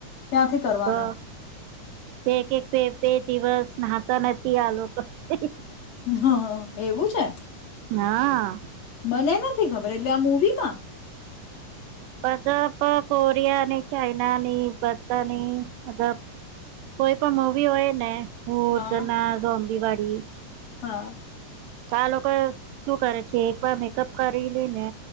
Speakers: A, on the left; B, on the right.
A: ક્યાંથી કરવાના.
B: તો એક એક બે બે દિવસ નાહતા નથી આ લોકો પણ.
A: હા હ એવું છે.
B: હા.
A: મને નથી ખબર એટલે આ મૂવીમાં
B: મત કોરિયાની ચાઈનાની ભતાની મલ કોઈ પણ મવી હોય ને. હટ
A: હા.
B: ના સોબી વાડી <inaudible>
A: હા.
B: ચા લોકો શું કરે છે એક વાર મેકઅપ કરીલી ને